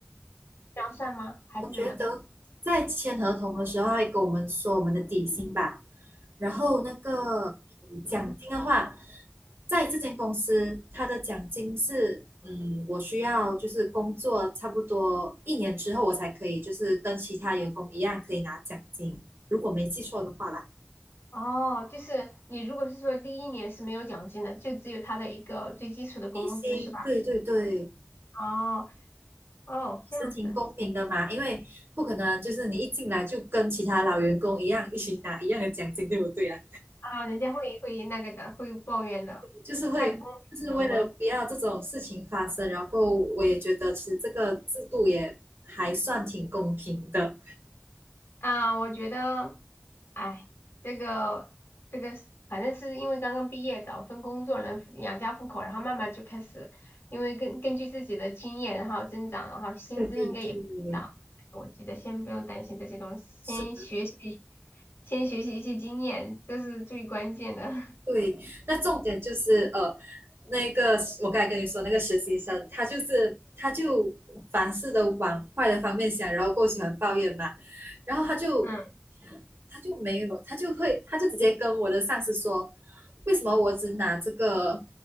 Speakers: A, on the left; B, on the right.
A: 这样算吗？还是怎么的？
B: 我觉得在签合同的时候，他会跟我们说我们的底薪吧，然后那个嗯奖金的话，
A: 嗯
B: 在这间公司，它的奖金是，嗯，我需要就是工作差不多一年之后，我才可以就是跟其他员工一样可以拿奖金，如果没记错的话啦。
A: 哦，就是你如果是说第一年是没有奖金的，就只有他的一个最基础的工资是吧？
B: 底薪，对对对，也
A: 哦哦，这样子
B: 是挺公平的嘛，因为不可能就是你一进来就跟其他老员工一样一起拿一样的奖金，对不对啊？
A: 啊，人家会会那个的，会抱怨的，
B: 就是会就是为了不要这种事情发生，
A: 太不公平了，我
B: 然后我也觉得其实这个制度也还算挺公平的。
A: 啊，我觉得，哎，这个这个是反正是因为刚刚毕业，找份工作能养家糊口，然后慢慢就开始，因为根根据自己的经验，然后增长，然后薪资应该也会涨。
B: 对对对，
A: 我觉得先不用担心这些东西，
B: 是
A: 先学习，先学习一些经验，这是最关键的。<laughs>
B: 对，那重点就是呃，那个我刚才跟你说那个实习生，他就是他就凡事都往坏的方面想，然后够喜欢抱怨嘛，然后他就
A: 嗯，
B: 他就没有，他就会他就直接跟我的上司说，为什么我只拿这个，